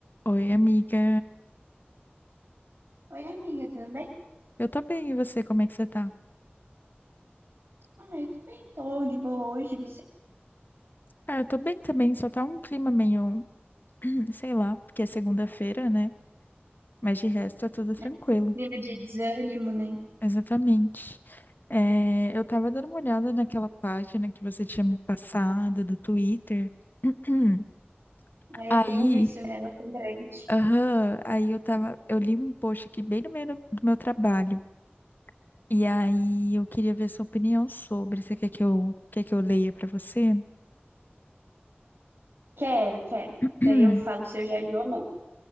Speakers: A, on the left; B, on the right.
A: Oi, amiga.
B: Oi, amiga, tudo bem?
A: Eu tô bem, e você, como é que você tá?
B: Ah, eu também tô de boa hoje, você,
A: Ah, eu tô bem também, só tá um clima meio, <clears throat> sei lá, porque é segunda-feira, né? Mas de resto é tudo tranquilo.
B: né? Clima de desânimo, né?
A: Exatamente. É, eu tava dando uma olhada naquela página que você tinha me passado do Twitter. <clears throat>
B: Aí
A: Aí,
B: eu tenho um vício nela tão grande.
A: aham, aí eu tava, eu li um post aqui bem no meio do, do meu trabalho. E aí eu queria ver sua opinião sobre. Você quer que eu, quer que eu leia pra você?
B: Quero, quero.
A: <clears throat>
B: Daí eu falo se eu já li ou não.